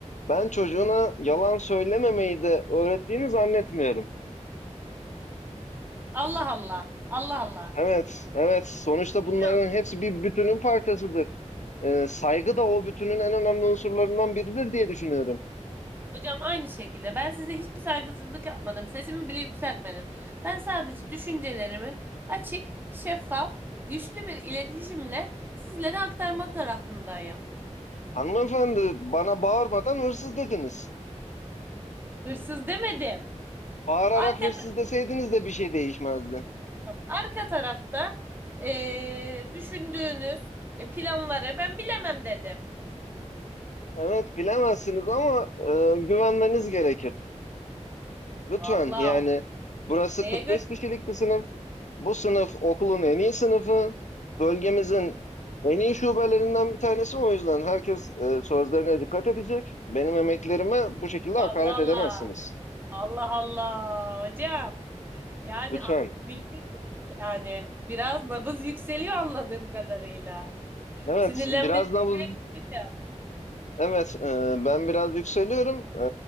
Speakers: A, on the left (about 75°); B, on the right (about 15°).
A: ben çocuğuna yalan söylememeyi de öğrettiğini zannetmiyorum.
B: Allah Allah. Allah Allah.
A: Evet, evet. Sonuçta bunların
B: Hocam,
A: hepsi bir bütünün parçasıdır. E, saygı da o bütünün en önemli unsurlarından biridir diye düşünüyorum.
B: hocam aynı şekilde ben size hiçbir saygısızlık yapmadım. Sesimi bile yükseltmedim. Ben sadece düşüncelerimi açık, şeffaf, güçlü bir iletişimle sizlere aktarmak tarafındayım.
A: Hanımefendi, bana bağırmadan hırsız dediniz.
B: Hırsız demedim.
A: Bağırarak
B: Arka
A: hırsız deseydiniz de bir şey değişmezdi.
B: Arka tarafta eee, düşündüğünüz e, planları ben bilemem dedim.
A: Evet, bilemezsiniz ama e, güvenmeniz gerekir. Lütfen
B: Vallahi
A: yani burası
B: neye
A: 45
B: göre?
A: kişilik bir sınıf. Bu sınıf okulun en iyi sınıfı. Bölgemizin en iyi şubelerinden bir tanesi. O yüzden herkes e, sözlerine dikkat edecek. Benim emeklerime bu şekilde
B: Allah
A: hakaret
B: Allah.
A: edemezsiniz.
B: Allah Allah hocam. Yani
A: Lütfen.
B: a- bilmiyorum yani. Biraz nabız yükseliyor anladığım kadarıyla.
A: Evet,
B: Sinirlenmenize
A: biraz nabız.
B: gerek yok hocam.
A: Evet, e, ben biraz yükseliyorum. E,